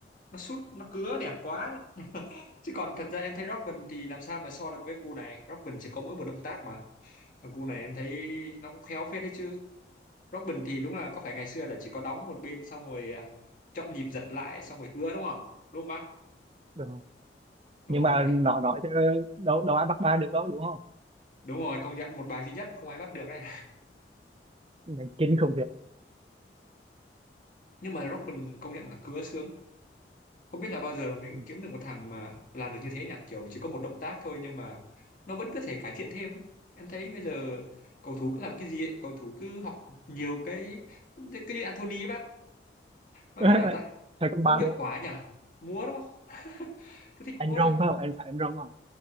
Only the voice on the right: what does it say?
đúng rồi
nhưng
mà nó nói chứ đâu đâu ai bắt ba được đâu đúng không
Mình chính không việc
Ừ.
<laughs>
Sao có ba
đúng
không
anh Rong
phải không anh phải anh Rong không